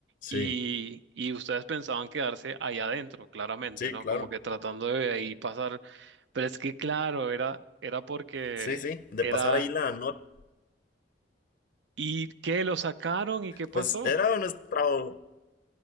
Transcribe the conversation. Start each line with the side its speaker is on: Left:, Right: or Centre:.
Right: y,
Left: Sí,
Right: y ustedes pensaban quedarse ahí adentro, claramente,
Left: sí,
Right: ¿no?
Left: claro.
Right: Como que tratando de ahí pasar. Pero es que, claro, era, era porque
Left: Sí, sí, de
Right: era.
Left: pasar ahí la noche.
Right: ¿Y qué? ¿Lo sacaron? ¿Y qué pasó?
Left: Pues era nuestro...